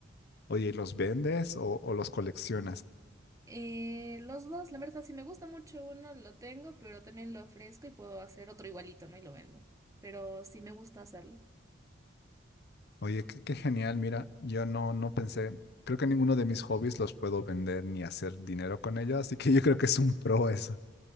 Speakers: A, on the left; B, on the right.
A: Oye, ¿y ¿los vendes o, o los coleccionas?
B: Eh, los dos, la verdad, si me gusta mucho uno, lo tengo, pero también lo ofrezco y puedo hacer otro igualito, ¿no? Y lo vendo. Pero sí me gusta hacerlo.
A: Oye, qué, qué genial, mira, yo no, no pensé, creo que ninguno de mis hobbies los puedo vender ni hacer dinero con ellos, así que yo creo que es un pro eso.